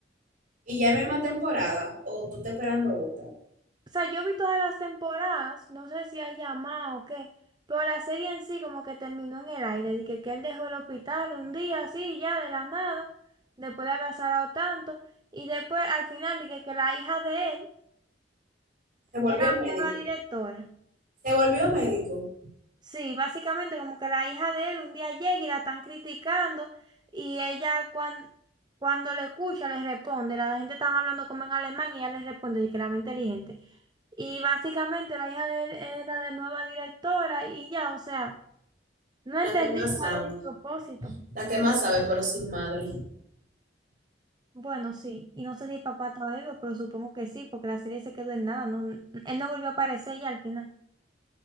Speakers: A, on the right (about 50°); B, on the right (about 25°).
A: y ya no hay más temporada, o tú estás esperando otra.
B: O sea, yo vi todas las temporadas, no sé si hay llamado o qué, pero la serie en sí como que terminó en el aire, de que, que él dejó el hospital un día así, ya de la nada, después de haber azarado tanto, y después al final dije que, que la hija de él
A: Se volvió
B: era la
A: médico,
B: nueva directora.
A: se volvió médico,
B: Sí, básicamente como que la hija de él un día llega y la están criticando y ella cuan- cuando le escucha le responde, la gente están hablando como en alemán y ella le responde de que era muy inteligente. Y básicamente la hija de él era de nueva directora y ya, o sea, no
A: la
B: entendí
A: que más
B: cuál
A: sabe,
B: es el propósito.
A: la que más sabe, pero sin madre.
B: Bueno, sí, y no sé si el papá está vivo, pero supongo que sí, porque la serie se quedó en nada, no, él no volvió a aparecer ya al final.